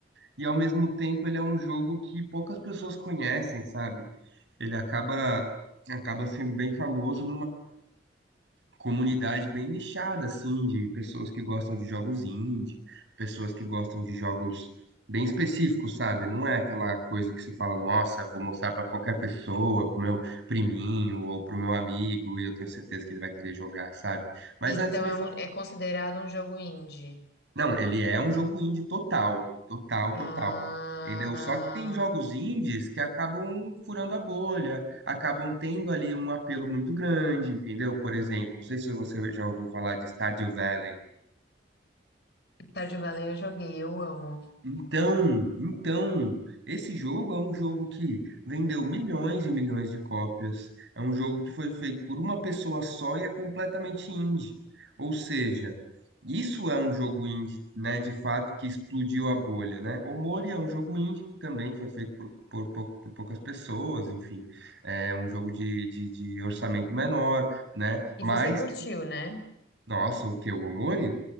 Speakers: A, on the right; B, on the left.
A: e ao mesmo tempo ele é um jogo que poucas pessoas conhecem, sabe? Ele acaba acaba sendo bem famoso comunidade bem nichada, assim, de pessoas que gostam de jogos indie, pessoas que gostam de jogos bem específicos, sabe? Não é aquela coisa que você fala, nossa, vou mostrar pra qualquer pessoa, pro meu priminho ou pro meu amigo, e eu tenho certeza que ele vai querer jogar, sabe? Mas
B: Então
A: antes me
B: é,
A: fala
B: um- é considerado um jogo indie.
A: não, ele é um jogo indie total, total,
B: Ah,
A: total. Entendeu? Só que tem jogos indies que acabam furando a bolha, acabam tendo ali um apelo muito grande, entendeu? Por exemplo, não sei se você já ouviu falar de Stardew Valley.
B: Stardew Valley eu joguei, eu amo.
A: Então, então, esse jogo é um jogo que vendeu milhões e milhões de cópias. É um jogo que foi feito por uma pessoa só e é completamente indie. Ou seja, isso é um jogo indie, né, de fato, que explodiu a bolha, né? O Mori é um jogo indie que também foi feito por, por, pou- por poucas pessoas, enfim. É um jogo de, de, de orçamento menor, né? Mas,
B: E você curtiu, né?
A: nossa, o que? O Omori?